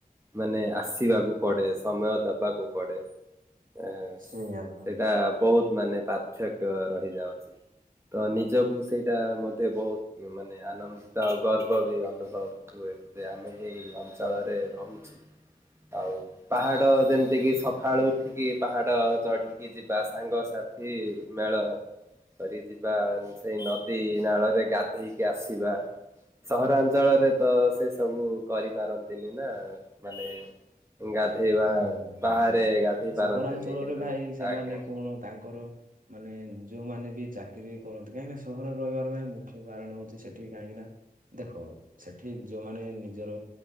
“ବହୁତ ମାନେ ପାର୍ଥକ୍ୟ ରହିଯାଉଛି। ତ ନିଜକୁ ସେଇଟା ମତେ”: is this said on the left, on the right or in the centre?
Right